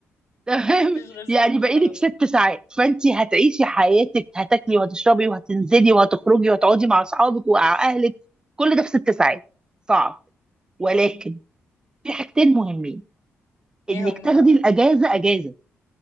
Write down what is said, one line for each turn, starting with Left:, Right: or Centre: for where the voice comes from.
Right: تمام
Left: مفيش غير ستة
Right: يعني بقالك
Left: خلاص
Right: ست ساعات فانت هتعيشي حياتك هتاكلي وهتشربي وهتنزلي وهتخرجي وهتقعدي مع اصحابك ومع اهلك كل ده في ست ساعات صعب ولكن في حاجتين مهمين
Left: ايه
Right: انك
Left: هما
Right: تاخدي
Left: بقى
Right: الاجازه اجازه